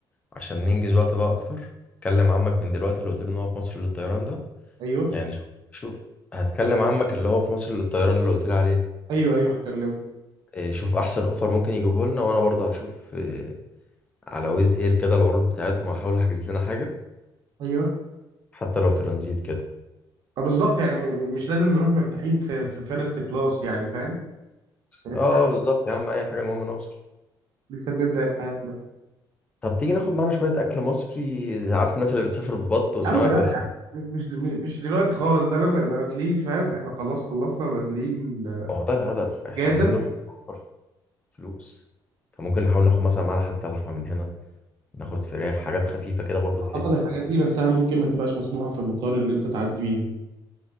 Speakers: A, on the left; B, on the right.
A: عشان ننجز وقت بقى أكتر كلم عمك من دلوقتي اللي قلت له إن هو في مصر للطيران ده
B: ايوه
A: يعني شوف شوف هتكلم عمك اللي هو في مصر للطيران اللي قلت لي عليه
B: ايوه ايوه هكلمه
A: آه، شوف أحسن أوفر ممكن يجيبه لنا وأنا برضه هشوف آه، على ويز إير كده العروض بتاعتهم هحاول أحجز لنا حاجة
B: ايوه
A: حتى لو ترانزيت كده
B: اه بالظبط يعني م- م- مش لازم نروح مرتاحين في في فيرست كلاس يعني فاهم لسه
A: اه بالظبط يا عم اي حاجه المهم نوصل
B: لسه بنبدأ حياتنا
A: طب تيجي ناخد معانا شويه اكل مصري زي- عارف الناس اللي بتسافر ببط وسمك
B: يا عم لا
A: والحاجات دي؟
B: مش مش مش دلوقتي خالص ده لما نبقى نازلين فاهم احنا خلاص خلصنا ونازلين
A: ما هو ده الهدف احنا
B: جازة
A: عايزين نروح نوفر فلوس فممكن نحاول ناخد مثلا معانا حتى لحمه من هنا ناخد فراخ حاجات خفيفه كده برضو تحس
B: اعتقد الحاجات
A: بحس
B: دي نفسها ممكن ما تبقاش مسموحه في المطار اللي انت تعدي بيها